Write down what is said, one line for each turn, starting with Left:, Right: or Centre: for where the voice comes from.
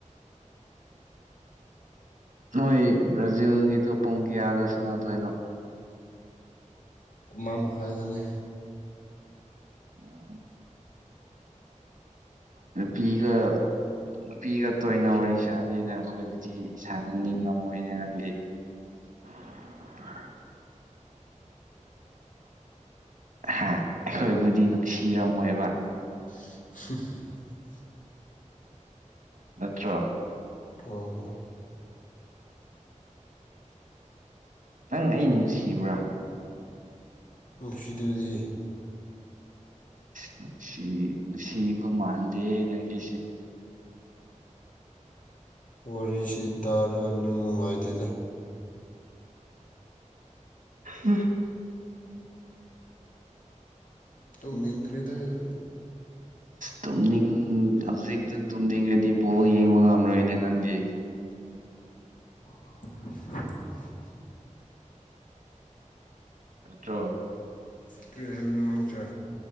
Right: ꯅꯣꯏ ꯕ꯭ꯔꯥꯖꯤꯜꯒꯤꯗꯣ ꯄꯨꯡ ꯀꯌꯥꯗ ꯁꯟꯅꯗꯣꯏꯅꯣ
Left: ꯃꯝ ꯍꯥꯏꯗꯨꯅꯤ
Right: ꯑꯣ ꯅꯨꯄꯤꯒ ꯅꯨꯄꯤ ꯈꯛꯇ ꯑꯣꯏꯅ ꯋꯥꯔꯤ ꯁꯥꯕꯅ ꯑꯩꯈꯣꯏꯕꯨꯗꯤ ꯁꯥꯟꯅꯅꯤꯡꯉꯝꯃꯣꯏꯅꯦ ꯅꯪꯗꯤ <unintelligible> ꯍꯥ ꯑꯩꯈꯣꯏꯕꯨꯗꯤ ꯅꯨꯡꯁꯤꯔꯝꯃꯣꯏꯕ
Left: <unintelligible>
Right: ꯅꯠꯇ꯭ꯔꯣ
Left: ꯍ ꯍꯣ
Right: ꯅꯪ ꯑꯩ ꯅꯨꯡꯁꯤꯕ꯭ꯔꯥ
Left: ꯅꯨꯡꯁꯤꯗꯨꯗꯤ
Right: ꯅꯨꯡ ꯁꯤ ꯅꯨꯡꯁꯤꯕ ꯃꯥꯟꯗꯦ ꯅꯪꯒꯤꯁꯦ <unintelligible>
Left: ꯋꯥꯔꯤꯁꯤ ꯇꯥꯔꯒ ꯅꯝ ꯅꯨꯡꯉꯥꯏꯇꯦꯗ
Right: ꯎꯝ
Left: ꯇꯨꯝꯅꯤꯡꯈ꯭ꯔꯦꯗ ꯑꯩꯗꯤ
Right: ꯇꯝꯅꯤꯡ ꯍꯧꯖꯤꯛꯅ ꯇꯨꯝꯅꯤꯡꯉꯗꯤ ꯕꯣꯜ ꯌꯦꯡꯕ ꯉꯝꯔꯣꯏꯅꯦ ꯅꯪꯗꯤ
Left: <unintelligible>
Right: ꯃꯠꯇ꯭ꯔꯣ
Left: ꯇꯦꯁꯟ ꯃꯝꯁ